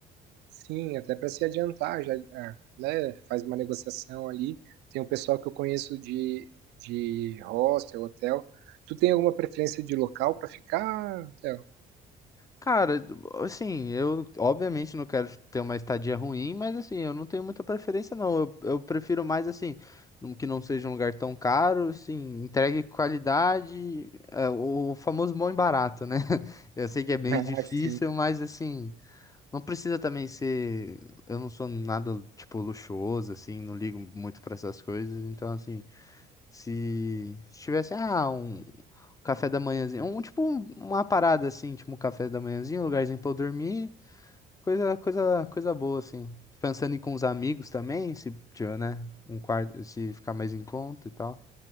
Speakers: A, on the right; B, on the left.
A: sim, até para se adiantar, já, é, né, faz uma negociação ali. Tem um pessoal que eu conheço de, de hostel, hotel. Tu tem alguma preferência de local para ficar, Théo? <laughs>
B: Cara, assim, eu obviamente não quero ter uma estadia ruim, mas assim, eu não tenho muita preferência, não. Eu, eu prefiro mais assim, num- que não seja um lugar tão caro, assim, entregue qualidade, é, o famoso bom e barato, né? <laughs> Eu sei que é meio
A: Ah,
B: difícil,
A: sim.
B: mas assim, não precisa também ser. Eu não sou nada, tipo, luxuoso, assim, não ligo muito pra essas coisas, então assim. Se se tivesse, ah, um café da manhãzinho, um tipo um- uma parada assim, tipo um café da manhãzinho, um lugarzinho pra eu dormir, coisa, coisa, coisa boa assim. Pensando em ir com os amigos também, se tiver, né, um quarto, se ficar mais em conta e tal.